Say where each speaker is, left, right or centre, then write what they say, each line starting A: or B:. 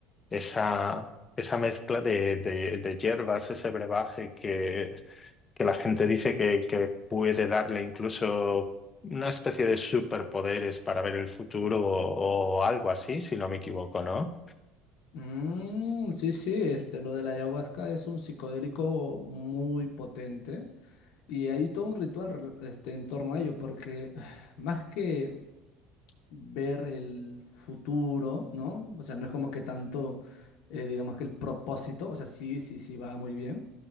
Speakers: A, on the left; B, on the left.
A: esa, esa mezcla de, de, de hierbas, ese brebaje que, que la gente dice que, que puede darle incluso una especie de superpoderes para ver el futuro o, o algo así, si no me equivoco, ¿no?
B: Mm, sí, sí, este, lo de la ayahuasca es un psicodélico muy potente. Y hay todo un ritual re- este, en torno a ello, porque <sighs> más que ver el futuro, ¿no? O sea, no es como que tanto, eh, digamos que el propósito, o sea, sí, sí, sí va muy bien